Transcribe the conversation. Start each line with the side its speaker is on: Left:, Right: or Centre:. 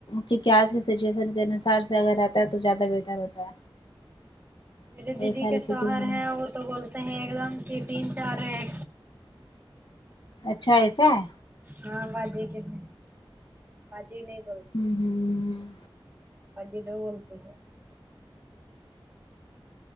Left: کیونکہ آج کے سچویشن کے انوسار سے اگر رہ تو زیادہ بہتر ہوتا
Right: میرے
Left: ہے
Right: دیدی
Left: یہ ساری
Right: کا شوہر
Left: چیزیں ہونی
Right: ہے اور تو بولتے ہیں ایک دم کی تین چار ہیں
Left: اچھا ایسا ہے
Right: ہاں باجی کتنے باجی نہیں بولتی
Left: ہوں ہوں
Right: باجی دو بولتی ہے